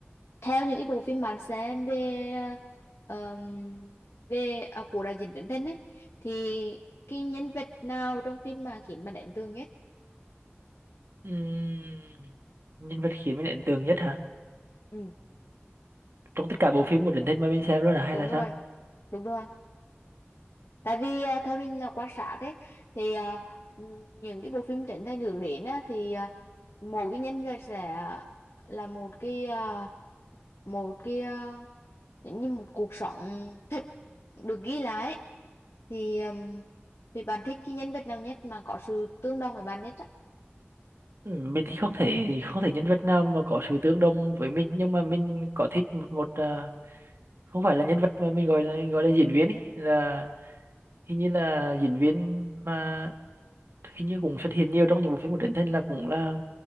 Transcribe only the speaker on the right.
Ừm, nhân vật khiến mình ấn tượng nhất hả?
Trong tất cả bộ phim của Trấn Thành mà mình xem luôn à hay
là
sao?
Ừm, mình thì không thể không thể nhân vật nào mà có sự tương đồng với mình nhưng mà mình có thích một một à, không phải là nhân vật mà mình gọi là gọi là diễn viên ý là hình như là diễn viên mà hình như cũng xuất hiện nhiều trong những bộ phim của Trấn Thành là cũng là